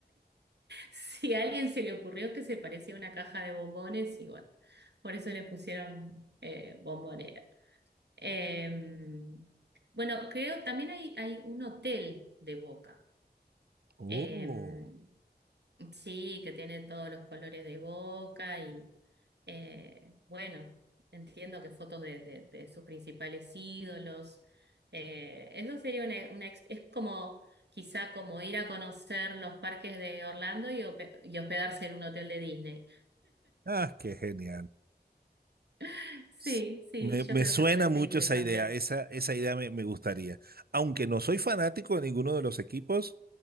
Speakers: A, on the right; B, on the right.
A: Si a alguien se le ocurrió que se parecía a una caja de bombones, y bueno, por eso le pusieron eh, bombonera. Eh, bueno, creo también hay, hay un hotel de Boca.
B: Oh,
A: Eh, Sí, que tiene todos los colores de boca y eh, bueno, entiendo que fotos de, de- de sus principales ídolos. Eh, eso sería una, una ex- es como quizá como ir a conocer los parques de Orlando y, hope- y hospedarse en un hotel de Disney.
B: ah, qué genial.
A: <laughs> Sí,
B: S-
A: sí,
B: Me,
A: yo
B: me
A: creo
B: suena
A: que puede
B: mucho
A: ser interesante.
B: esa idea. Esa, esa idea me, me gustaría. Aunque no soy fanático de ninguno de los equipos,